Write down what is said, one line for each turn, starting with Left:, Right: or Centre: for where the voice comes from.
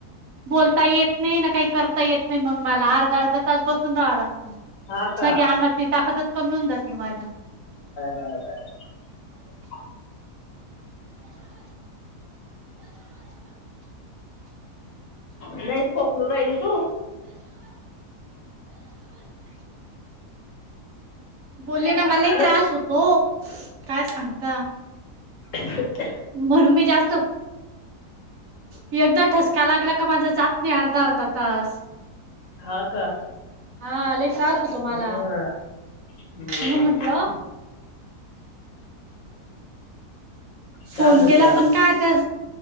Right: बोलता येत नाही ना काही करता येत नाही मग मला अर् अर्धा तास बसून राहावं लागत
Left: हा का
Right: सगळ अंगातली ताकदच कमी होऊन जाते माझ्या
Left: ह लयच खोकलू राहिली तू
Right: बोलले
Left: लयच
Right: ना मलाही त्रास होतो काय सांगता
Left: ह
Right: म्हणून मी जास्त एकदा ठसका लागला का माझ जात नाही अर्ध अर्धा तास
Left: हा का
Right: हा लय त्रास होतो मला
Left: बरं.
Right: म्हनुन
Left: हम्म.
Right: म्हंटलं फोन
Left: काय म्हणते
Right: केला
Left: अजून
Right: पण काय आता